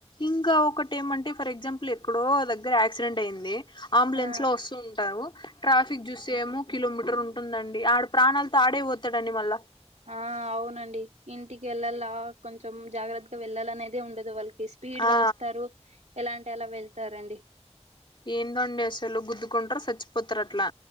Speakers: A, on the left (about 45°); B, on the right (about 85°).
A: ఇంకా ఒకటి ఏమంటే ఫర్ ఎగ్జాంపుల్ ఎక్కడో దగ్గర యాక్సిడెంట్ అయింది అంబులెన్స్
B: ఆ
A: లో వస్తూ ఉంటావు ట్రాఫిక్ చూసే ఏమో కిలోమీటర్ ఉంటుందండి ఆడ ప్రాణాలతో ఆడే పోతాడుడి మళ్ళా
B: ఆ అవునండి ఇంటికి వెళ్లాల కొంచెం జాగ్రత్తగా వెళ్లాలినేది ఉండదు వాళ్ళకి స్పీడ్
A: ఆ
B: గా వస్తారు ఇలాంటి ఎలా వెళ్తారండి
A: ఏంద అండి అసలు గుద్దుకుంటారు చచ్చిపోతారు అట్లా